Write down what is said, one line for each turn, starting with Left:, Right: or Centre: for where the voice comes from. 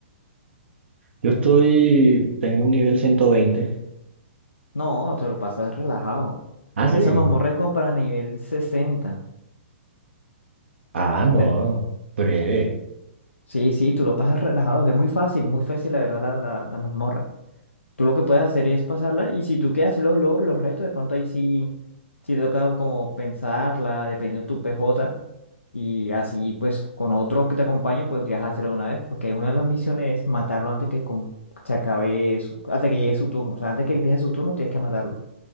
Right: Yo estoy, tengo un nivel 120.
Left: No, te lo pasas relajado.
Right: Ah, sí.
Left: Esa mazmorra es como para nivel sesenta
Right: Ah, no,
Left: Te-
Right: breve.
Left: sí, sí, tú lo pasas relajado. Es muy fácil, muy fácil, la verdad, la, la, la mazmorra. Tú lo que puedes hacer es pasarla y si tú quieres hacer los logros, los retos, de pronto ahí sí, sí te toca como pensarla, dependiendo de tu PJ. Y así pues con otro que te acompañe podrías hacerlo de una vez, porque una de las misiones es matarlo antes que com- se acabe su- hasta que llegue su turno. O sea, antes que empiece su turno tienes que matarlo.